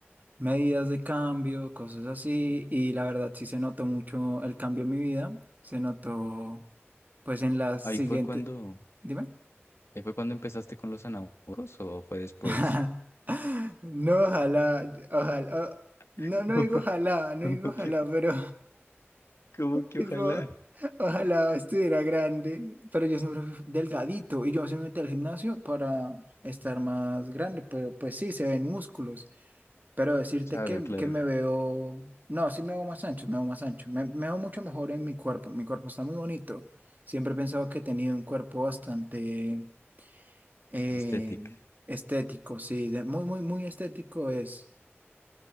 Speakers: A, on the right; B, on the left.
A: medidas de cambio, cosas así. Y la verdad, sí se notó mucho el cambio en mi vida. Se notó, pues, en las siguientes
B: Ahí fue cuando,
A: Dime.
B: ahí fue cuando empezaste con los anabólicos o fue después.
A: <laughs> No, ojalá, ojalá. o- No,
B: <laughs>
A: no digo ojalá, no
B: ¿Cómo
A: digo
B: cómo
A: ojalá,
B: que,
A: pero
B: ¿Cómo
A: <laughs>
B: que
A: tipo,
B: ojalá.
A: ojalá estuviera grande. Pero yo siempre fui delgadito y yo se me metí al gimnasio para estar más grande, pero pues sí, se ven músculos. Pero decirte
B: Claro,
A: que,
B: claro.
A: que me veo, no, sí me veo más ancho, me veo más ancho, me, me veo mucho mejor en mi cuerpo, mi cuerpo está muy bonito. Siempre he pensado que he tenido un cuerpo bastante eh,
B: Estética.
A: estético, sí, de- muy, muy, muy estético es.